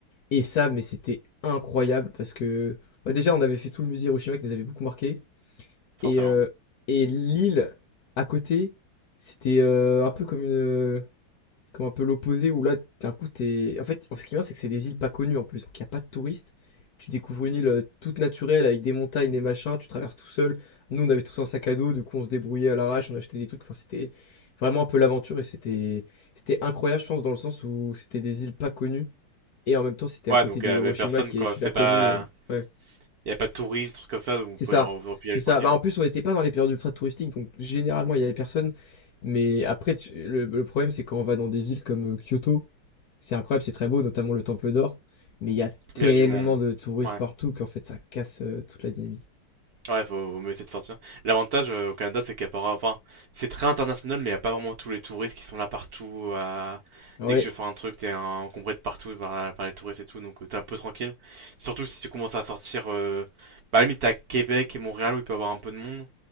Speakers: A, on the left; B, on the right.
A: Et ça, mais c'était incroyable parce que bah, déjà, on avait fait tout le musée Hiroshima qui nous avait beaucoup marqué.
B: forcément.
A: Et, euh, et l'île à côté, c'était euh, un peu comme une comme un peu l'opposé où là d'un coup t'es en fait ce qui est bien c'est que c'est des îles pas connues en plus donc il n'y a pas de touristes tu découvres une île euh, toute naturelle avec des montagnes des machins tu traverses tout seul nous on avait tous un sac à dos du coup on se débrouillait à l'arrache on achetait des trucs enfin c'était vraiment un peu l'aventure et c'était c'était incroyable je pense dans le sens où c'était des îles pas connues et en même temps c'était
B: Ouais,
A: à côté
B: donc
A: de
B: il y avait
A: Hiroshima
B: personne
A: qui
B: quoi.
A: est super
B: C'était pas.
A: connu euh, ouais.
B: Il y avait pas de touristes, trucs comme ça, donc vous
A: C'est
B: pouvez
A: ça,
B: vous replier
A: c'est
B: aller
A: ça.
B: tranquille.
A: Bah, en plus, on n'était pas dans les périodes ultra touristiques, donc généralement, il y avait personne. Mais après, tu- le, le problème, c'est quand on va dans des villes comme euh, Kyoto, c'est incroyable, c'est très beau, notamment le Temple d'Or. Mais il y a tellement
B: Mais il y a du monde.
A: de touristes
B: Ouais.
A: partout qu'en fait, ça casse euh, toute la dynamique.
B: Ouais, faut, vaut mieux essayer de sortir. L'avantage euh, au Canada, c'est qu'il n'y a pas vraiment- Enfin, c'est très international, mais il n'y a pas vraiment tous les touristes qui sont là partout. à-
A: Oui,
B: Dès que tu veux faire un truc, t'es encombré de partout par, par les touristes et tout, donc euh, t'es un peu tranquille. Surtout si tu commences à sortir... Euh... Bah, à la limite, t'as Québec et Montréal où il peut y avoir un peu de monde.